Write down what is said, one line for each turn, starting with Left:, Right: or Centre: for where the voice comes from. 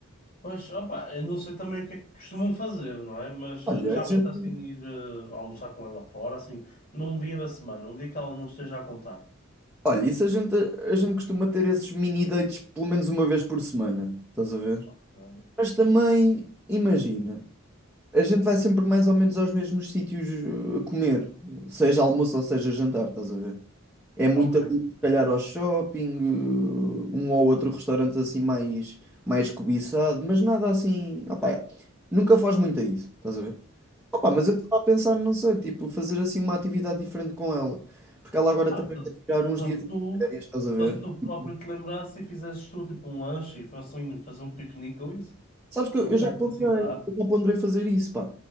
Left: Pois, opa, eu não sei também o que é que costumam fazer, não é? Mas
Centre: Olha,
Left: eh, já
Centre: a gente,
Left: pensaste em ir eh, almoçar com ela fora, assim, num dia da semana, um dia que ela não esteja a contar.
Centre: olha, isso a gente, a gente costuma ter esses mini dates pelo menos uma vez por semana, estás a ver?
Left: Ok,
Centre: Mas também, imagina. A gente vai sempre mais ou menos aos mesmos sítios eh, comer, seja almoço ou seja jantar, estás a ver? É muito
Left: ok.
Centre: ali, se calhar, ao shopping, eh, um ou outro restaurante assim mais, mais cobiçado, mas nada assim. Opá, nunca faz muito a isso, estás a ver? Opá,
Left: ok.
Centre: mas eu estava a pensar, não sei, tipo, fazer assim uma atividade diferente com ela, porque ela agora
Left: Opa,
Centre: também
Left: só,
Centre: vai
Left: se
Centre: tirar uns
Left: só
Centre: dias
Left: se
Centre: de
Left: tu,
Centre: férias, estás a ver?
Left: só se tu próprio
Centre: Tipo,
Left: te lembrasse e fizesses tu tipo um lanche e fossem fazer um piquenique ou isso,
Centre: Sabes que eu
Left: no
Centre: eu
Left: parque
Centre: já ponderei,
Left: da cidade,
Centre: eu já ponderei fazer isso, pá.